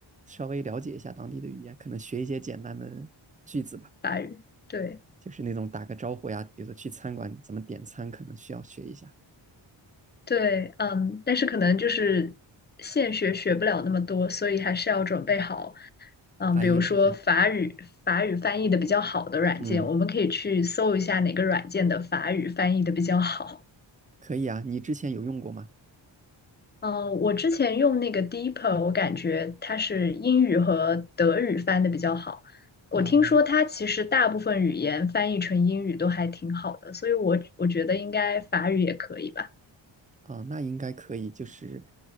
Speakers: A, on the right; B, on the left.
A: 稍微了解一下当地的语言，可能学一些简单的句子吧，
B: 法语。对
A: 就是那种打个招呼呀，比如说去餐馆怎么点餐，可能需要学一下
B: 对，嗯，但是可能就是现学学不了那么多，所以还是要准备好，嗯，
A: 翻译软件。
B: 比如说法语法语翻译的比较好的软件，
A: 嗯，
B: 我们可以去搜一下哪个软件的法语翻译的比较好。
A: 可以啊，你之前有用过吗？
B: 嗯，我之前用那个 Deeper，我感觉它是英语和德语翻的比较好。我听说它其实大部分语言翻译成英语都还挺好的，
A: 嗯，
B: 所以我我觉得应该法语也可以吧。
A: 啊，那应该可以，就是，